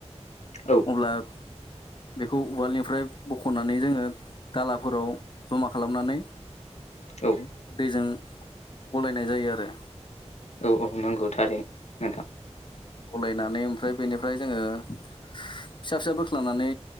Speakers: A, on the left; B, on the left.
A: औ
B: अब्ला बेखौ उवालनिफ्राय बख'नानै जोङो दालाफोराव जमा खालामनानै
A: औ
B: दैजों गलायनाय जायो आरो
A: औ औ नंगौ थारै नोंथां
B: गलायनानै ओमफ्राय बेनिफ्राय जोङो फिसा फिसा बोख्लानानै